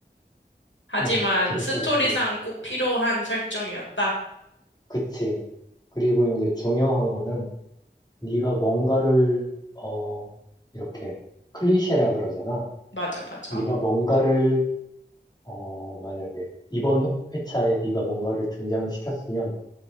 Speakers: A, on the left (about 85°); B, on the left (about 20°).
A: 하지만
B: 어, 그랬었지.
A: 스토리상 꼭 필요한 설정이었다.
B: 그치. 그리고 이제 중요한 거는, 네가 뭔가를 어 이렇게 클리셰라 그러잖아.
A: 맞아, 맞아.
B: 네가 뭔가를 어 만약에 이번 회차에 네가 뭔가를 등장을 시켰으면